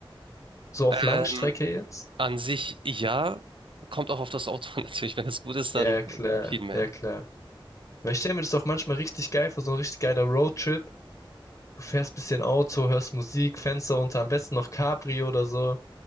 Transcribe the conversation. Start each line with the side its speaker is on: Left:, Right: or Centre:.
Left: So auf Langstrecke
Right: Ähm,
Left: jetzt?
Right: an sich ja, kommt auch auf das Auto <laughs> an, natürlich. Wenn das gut ist,
Left: Ja,
Right: dann
Left: ja, klar,
Right: äh, viel mehr.
Left: ja, klar. Weil ich stell mir das auch manchmal richtig geil vor, so ein richtig geiler Roadtrip. Du fährst bisschen Auto, hörst Musik, Fenster unter, am besten noch Cabrio oder so.